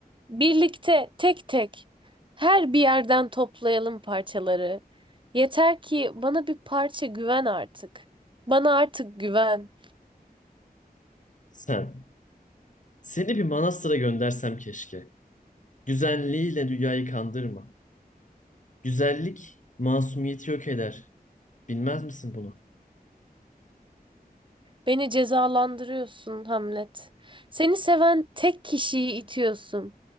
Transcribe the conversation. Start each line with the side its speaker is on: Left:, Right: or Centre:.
Right: Birlikte tek tek her bir yerden toplayalım parçaları. Yeter ki bana bir parça güven artık. Bana artık güven.
Left: Sen. Seni bir manastıra göndersem keşke. Güzelliğiyle dünyayı kandırma. Güzellik masumiyeti yok eder. Bilmez misin bunu?
Right: Beni cezalandırıyorsun Hamlet. Seni seven tek kişiyi itiyorsun.